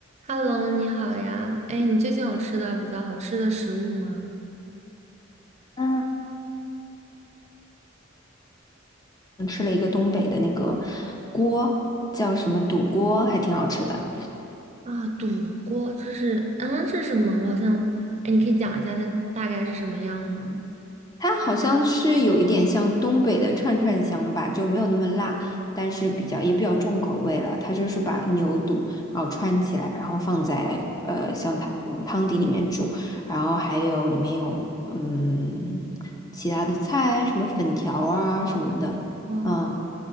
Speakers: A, on the right (about 35°); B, on the left (about 20°).
A: Hello，你好呀。哎，你最近有吃到比较好吃的食物吗？
B: 嗯，吃了一个东北的那个锅，叫什么肚锅，还挺好吃的。
A: 啊，肚锅这是，嗯，是什么？我好像，哎，你可以讲一下它大概是什么样吗？
B: 它好像是有一点像东北的串串香吧，就没有那么辣，但是比较也比较重口味了。它就是把牛肚然后穿起来，然后放在呃像它那种汤底里面煮，
A: 嗯
B: 然后还有里面有嗯其他的菜，什么粉条啊什么的，
A: 嗯，
B: 嗯。